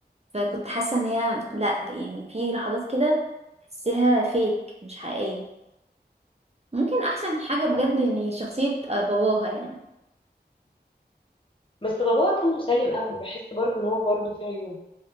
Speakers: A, on the right; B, on the left.
A: فكنت حاسه ان هي لا يعني في لحظات كده تحسيها فيك مش حقيقيه ممكن احسن حاجه بجد
B: عارف؟
A: يعني شخصيه آه، باباها يعني
B: بس باباها كان مسالم قوي بحس برضو ان هو برضو فيه عيوب